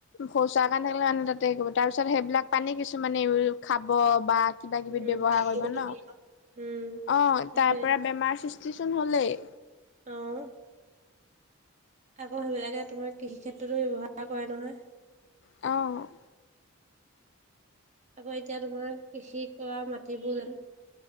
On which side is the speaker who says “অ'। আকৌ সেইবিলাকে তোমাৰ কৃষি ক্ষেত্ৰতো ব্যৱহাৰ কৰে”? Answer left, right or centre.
Right